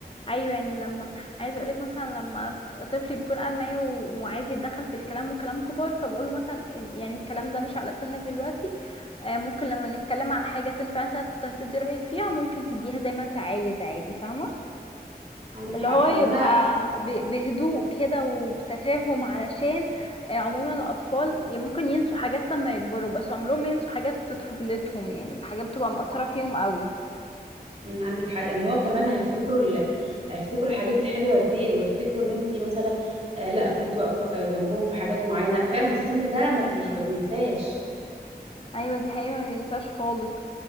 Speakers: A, on the left; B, on the right.
A: ايوه يعني لما عايزه اقولك مثلا لما طفلي بيكون قاعد معايا و- وعايز يتدخل في الكلام وكلام كبار فبقوله مثلا يعني الكلام ده مش على سنك دلوقتي آه، ممكن لما نتكلم على حاجه تنفع انت ت- تدي رايك فيها ممكن تديها زي ما انت عايز عادي فاهمه
B: عندك
A: اللي
B: حق
A: هو يبقى
B: يعني انا
A: ب- بهدوء كده وبتفاهم علشان آه، عموما الاطفال يعني ممكن ينسوا حاجات لما يكبروا بس عمرهم ما ينسوا حاجات في طفولتهم يعني الحاجات بتبقى مأثره
B: صح
A: فيهم قوي
B: امم، عندك حق يعني هو كمان هيفتكروا ال... هيفتكروا الحاجات الحلوه دي ويفتكروا ان انت مثلا آه لا كنت واقفه آه، جنبهم في حاجات معينه فعلا السن ده ما, بي...
A: امم
B: ما بينساش
A: ايوه دي حقيقة ما بينساش خالص